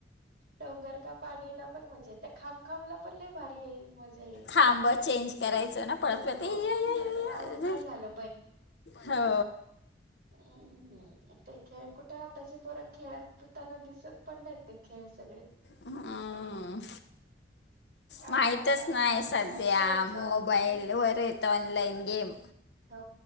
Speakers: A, on the right (about 55°); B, on the left (about 70°).
A: डोंगर का पाणीला पण मजा ते खब खाबला पण ल भारी मजा यायची
B: थाब चेंज करायचं ना पळत
A: हो
B: ये
A: आणि त्यात आऊट नाही झालं
B: हो.
A: हम् ते खेळ कुठे आत्ताचे पोर खेळातताना दिसत पण नाही. ते खेळ सगळे
B: हा.
A: काय
B: माहितच
A: काय काय
B: नाही
A: काय खेळायचो
B: सध्या,
A: बापरे.
B: मोबाईलवर येत ऑनलाइन गेम
A: हो,